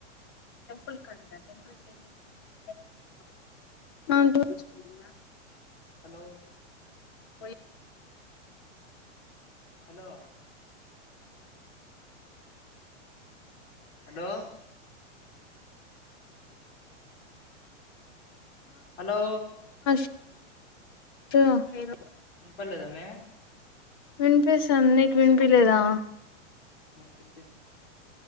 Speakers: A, on the left; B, on the left.
A: <unintelligible>
B: హలో
A: వయి
B: హలో హలో హలో
A: త
B: ఇ పర్లేదామే
A: వినిపిస్తోంది మీకు వినిపియ్యలేదా
B: చాన్విన్